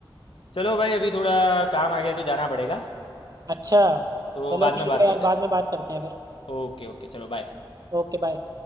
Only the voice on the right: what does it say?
अच्छा
चलो
ठीक
है
यार
बाद में बात करते हैं फिर
Okay bye